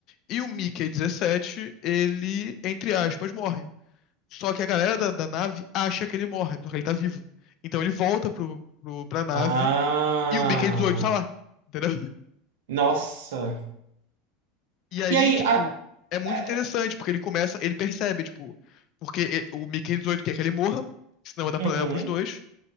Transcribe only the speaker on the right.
Ah,
nossa.
E aí,
a,
a-
uhum.